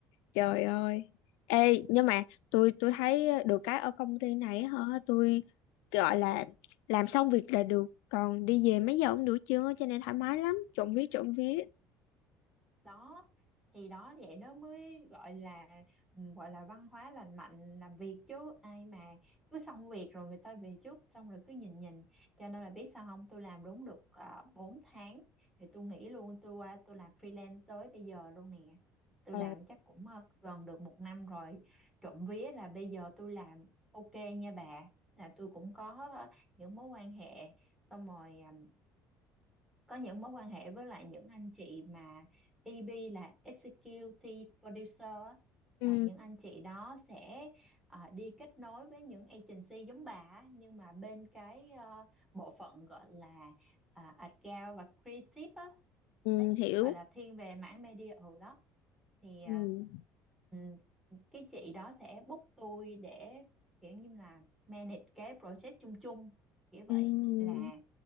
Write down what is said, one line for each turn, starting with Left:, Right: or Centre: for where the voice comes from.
Left: trời ơi ê nhưng mà tôi tôi thấy được cái ở công ty này hả tôi gọi là làm xong việc là được còn đi về mấy giờ cũng được chưa cho nên thoải mái lắm trộm vía trộm vía
Centre: đó thì đó vậy đó mới gọi là ừ, gọi là văn hóa lành mạnh làm việc chứ ai mà cứ xong việc rồi người ta về trước xong rồi cứ nhìn nhìn cho nên là biết sao không tôi làm đúng được uh, 4 tháng thì tôi nghỉ luôn tôi qua tôi làm freelance tới bây giờ luôn nè tôi
Left: Ờ.
Centre: làm chắc cũng ờ, gần được một năm rồi trộm vía là bây giờ tôi làm ok nha bà là tôi cũng có ờ, những mối quan hệ xong rồi ờ, có những mối quan hệ với lại những anh chị mà EB là Executive Producer á,
Left: ừ,
Centre: là những anh chị đó sẽ ờ, đi kết nối với những agency giống bà á, nhưng mà bên cái ờ, bộ phận gọi là ờ, account và creative á
Left: ừ
Centre: đấy
Left: hiểu
Centre: gọi là thiên về mảng media ở đó thì ờ,
Left: Ừ.
Centre: ừm, cái chị đó sẽ book tôi để kiểu như là manage cái project chung chung kiểu vậy
Left: Ừ.
Centre: là